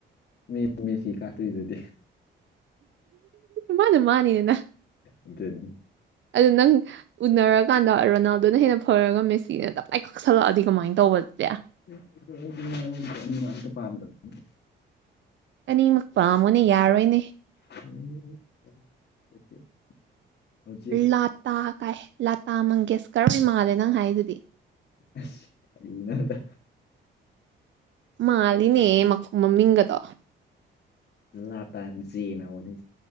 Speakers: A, on the left; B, on the right.
A: ꯃꯤ ꯃꯦꯁꯤ ꯀꯥꯛꯇ꯭ꯔꯤꯗꯨꯗꯤ
B: ꯃꯥꯅ ꯃꯥꯅꯤꯗꯅ
A: ꯑꯗꯨꯅꯤ
B: ꯑꯗꯨ ꯅꯪ ꯎꯅꯔꯀꯥꯟꯗ ꯔꯣꯅꯥꯜꯗꯣꯅ ꯍꯦꯟꯅ ꯐꯔꯒ ꯃꯦꯁꯤꯅ ꯇꯞꯇꯥꯏ ꯀꯛꯁꯜꯂꯛꯑꯗꯤ ꯀꯃꯥꯏꯅ ꯇꯧꯕ ꯑꯗꯨꯗꯤ
A: <unintelligible>
B: ꯑꯅꯤꯃꯛ ꯄꯥꯝꯃꯣꯅꯦ ꯌꯥꯔꯣꯏꯅꯦ
A: <unintelligible> ꯍꯧꯖꯤꯛ
B: ꯂꯥꯇꯥ ꯀꯥꯏ ꯂꯥꯇꯥ ꯃꯪꯒꯦꯁꯀꯔꯝ ꯍꯣꯢ ꯃꯥꯜꯂꯦ ꯅꯪ ꯍꯥꯏꯗꯨꯗꯤ
A: ꯑꯁ ꯀꯩꯅꯣꯗ
B: ꯃꯥꯜꯂꯤꯅꯦ ꯃꯃꯤꯡꯒꯗꯣ
A: ꯂꯥꯇꯥꯟꯖꯦꯅꯥ ꯍꯧꯕꯅꯤ